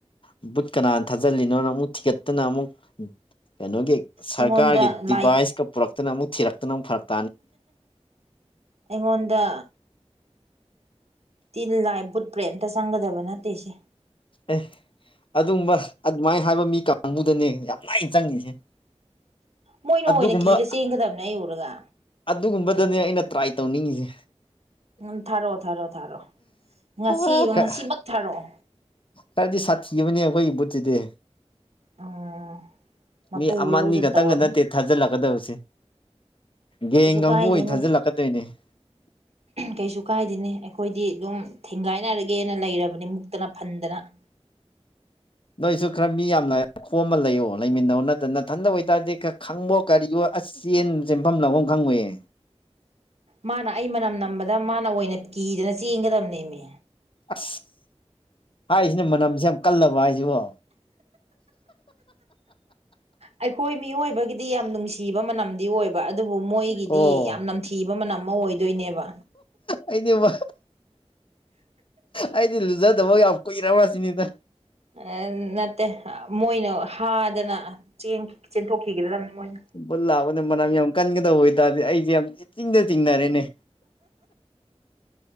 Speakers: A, on the left; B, on the right.
A: ꯕꯨꯠ ꯀꯅꯥꯅ ꯊꯥꯖꯤꯜꯂꯤꯅꯣꯅ ꯑꯃꯨꯛ ꯊꯤꯒꯠꯇꯅ ꯑꯃꯨꯛ ꯀꯩꯅꯣꯒꯤ ꯁꯔꯀꯥꯔꯒꯤ
B: ꯑꯩꯉꯣꯟꯗ
A: ꯗꯤꯚꯥꯏꯁꯀ
B: ꯂꯥꯏ
A: ꯄꯨꯔꯛꯇꯅ ꯑꯃꯨꯛ ꯊꯤꯔꯛꯇꯅ ꯑꯃꯨꯛ ꯐꯔꯛꯇ
B: ꯑꯩꯉꯣꯟꯗ ꯇꯤ ꯂꯥꯏ ꯕꯨꯠ ꯄ꯭ꯔꯦꯟ ꯑꯇ ꯆꯪꯒꯗꯕ ꯅꯠꯇꯦꯁꯦ
A: ꯑꯦ ꯑꯗꯨꯕ ꯑꯗꯨꯃꯥꯏꯅ ꯍꯥꯏꯕ ꯃꯤ ꯀꯥꯡꯕꯨꯗꯅꯦ ꯌꯥꯝ ꯂꯥꯏꯅ ꯆꯪꯉꯤꯁꯦ <unintelligible>
B: ꯃꯣꯏꯅ ꯑꯣꯏꯅ
A: ꯑꯗꯨꯒꯨꯝꯕ
B: ꯀꯤꯔ ꯆꯦꯟꯒꯗꯕꯅꯦ ꯑꯩ ꯎꯔꯒ
A: ꯑꯗꯨꯒꯨꯝꯕꯗꯅꯦ ꯑꯩꯅ ꯇ꯭ꯔꯥꯏ ꯇꯧꯅꯤꯡꯉꯤꯁꯦ
B: ꯎꯝ ꯊꯥꯔꯛꯑꯣ ꯊꯥꯔꯛꯑꯣ ꯊꯥꯔꯑꯣ ꯉꯁꯤ
A: ꯑ ꯈꯔ
B: ꯉꯁꯤꯃꯛ ꯊꯥꯔꯛꯑꯣ
A: ꯈꯔꯗꯤ ꯁꯥꯊꯤꯕꯅꯦ ꯑꯩꯈꯣꯏꯒꯤ ꯕꯨꯠꯁꯤꯗꯤ
B: ꯎꯝ ꯃꯄꯨ
A: ꯃꯤ ꯑꯃ
B: ꯂꯧꯗꯅ
A: ꯑꯅꯤ ꯈꯛꯇꯪꯒ
B: ꯇꯧꯔꯝꯃꯅꯤ
A: ꯅꯠꯇꯦ ꯊꯥꯖꯤꯜꯂꯛꯀꯗꯕꯁꯦ ꯒꯦꯡ
B: ꯑꯩꯁꯨ
A: ꯀꯥꯡꯕꯨ
B: ꯀꯥꯏꯗꯦꯅꯦ
A: ꯑꯣꯏꯅ ꯊꯥꯖꯤꯜꯂꯛꯀꯗꯣꯏꯅꯦ <inaudible>
B: ꯀꯩꯁꯨ ꯀꯥꯏꯗꯦꯅꯦ ꯑꯩꯈꯣꯏꯗꯤ ꯑꯗꯨꯝ ꯊꯦꯡꯒꯥꯏꯅꯔꯒꯦꯅ ꯂꯩꯔꯕꯅꯤ ꯃꯨꯛꯇꯅ ꯐꯟꯗꯅ
A: ꯅꯣꯏꯁꯨ ꯈꯔ ꯃꯤ ꯌꯥꯝꯅ ꯈꯣꯝꯃ ꯂꯩꯌꯣ ꯂꯩꯃꯤꯟꯅꯎ ꯅꯠꯇ ꯅꯊꯟꯗ ꯑꯣꯏꯇꯥꯔꯗꯤ ꯈꯔ ꯈꯪꯕꯣ ꯀꯔꯤꯑꯣ ꯑꯁ ꯆꯦꯟ ꯆꯦꯟꯐꯝ ꯂꯥꯡꯐꯝ ꯈꯪꯉꯣꯏꯌꯦ
B: ꯃꯥꯅ ꯑꯩ ꯃꯅꯝ ꯅꯝꯕꯗ ꯃꯥꯅ ꯑꯣꯏꯅ ꯀꯤꯗꯅ ꯆꯦꯟꯒꯗꯕꯅꯦꯃꯤ
A: ꯑꯁ ꯍꯥꯏꯔꯤꯁꯤꯅ ꯃꯅꯝꯁꯦ ꯌꯥꯝ ꯀꯜꯂꯕ ꯍꯥꯏꯁꯤꯕꯣ
B: ꯑꯩꯈꯣꯏ ꯃꯤꯑꯣꯏꯕꯒꯤꯗꯤ ꯌꯥꯝ ꯅꯨꯡꯁꯤꯕ ꯃꯅꯝꯗꯤ ꯑꯣꯏꯕ ꯑꯗꯨꯕꯨ ꯃꯣꯏꯒꯤꯗꯤ
A: ꯑꯣ
B: ꯌꯥꯝ ꯅꯝꯊꯤ ꯀꯤꯕ ꯃꯅꯝ ꯑꯃ ꯑꯣꯏꯗꯣꯏꯅꯦꯕ
A: ꯑꯩꯗꯤꯕ ꯑꯩꯗꯤ ꯂꯨꯖꯗꯕ ꯌꯥꯝ ꯀꯨꯏꯔꯕ꯭ꯔꯁꯤꯅꯤꯗ
B: ꯑꯥ ꯅꯠꯇꯦ ꯃꯣꯏꯅ ꯍꯥꯗꯅ ꯆꯦꯟꯊꯣꯛꯈꯤꯒꯗꯕꯅꯤ ꯃꯣꯏꯅ
A: ꯕꯨꯜ ꯂꯥꯛꯑꯕꯗ ꯃꯅꯝ ꯌꯥꯝ ꯀꯟꯒꯗꯕ ꯑꯣꯏꯇꯥꯔꯗꯤ ꯑꯩꯁꯦ ꯌꯥꯝ ꯏꯆꯤꯡꯗ ꯆꯤꯡꯅꯔꯦꯅꯦ